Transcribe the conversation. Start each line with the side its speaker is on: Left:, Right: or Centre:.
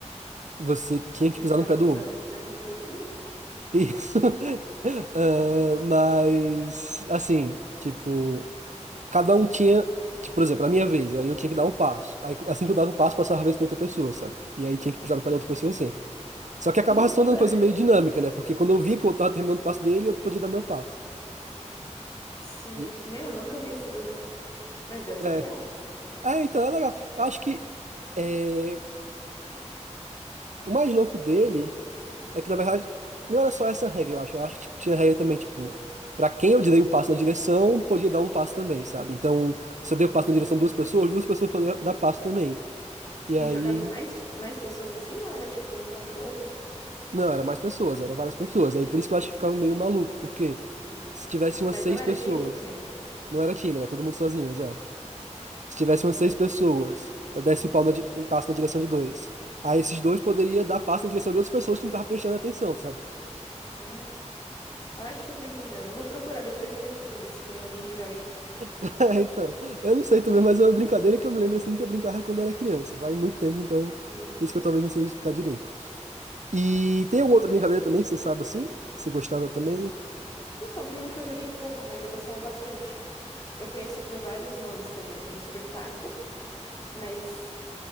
Right: você tinha
Left: Você
Right: que pisar
Left: ficava
Right: no pé
Left: pisando
Right: do outro.
Left: o pé no colaquinho?
Right: Isso. <laughs> Ah, mas, assim, tipo, cada um tinha, tipo, por exemplo, na minha vez, aí eu tinha que dar um passo. Aí, assim que eu dava o passo, passava a vez pra outra pessoa, sabe? E aí tinha que pisar no pé da outra pessoa, assim. Só que acabava
Left: Que loucura.
Right: se tornando uma coisa meio dinâmica, né? Porque quando eu via que o outro tava terminando o passo dele, eu podia dar meu passo.
Left: Sim.
Right: E,
Left: Meu, eu nunca vi esse jogo. Mas deve ser
Right: é.
Left: legal.
Right: É, então é legal. Eu acho que é, o mais louco dele. É que, na verdade, não era só essa regra, eu acho. Eu acho que tipo, tinha regra também, tipo, pra quem eu dei o passo na direção, podia dar um passo também, sabe? Então, se eu
Left: Sim.
Right: dei o passo na direção de duas pessoas, duas pessoas podiam dar passo também. E
Left: E
Right: aí.
Left: jogava em mais, mais pessoas assim ou era tipo um contra o outro?
Right: Não, era mais pessoas, era várias pessoas. Aí por isso que eu acho que ficava meio maluco, porque
Left: Uhum.
Right: se tivesse umas
Left: Mas
Right: seis
Left: não era
Right: pessoas,
Left: time também.
Right: não era time, era todo mundo sozinho, exato. Se tivesse umas seis pessoas, eu desse o pau na di- um passo na direção de dois. Aí esses dois poderia dar passo na direção de outras pessoas que não estavam prestando atenção, sabe?
Left: Ah. Eu acho que eu tô entendendo. Eu vou procurar depois no YouTube ver se tem alguém que joga isso.
Right: <laughs> então, eu não sei também, mas é uma brincadeira que eu me lembro assim que eu brincava quando era criança. Faz muito tempo, então,
Left: Sim.
Right: por isso que eu talvez não sei explicar direito. E tem alguma outra brincadeira também que você sabe assim? Que você gostava também?
Left: Então, tem um que eu joguei pouco, mas eu gostava bastante. Eu conheço por vários nomes também. Conheço por taco, mas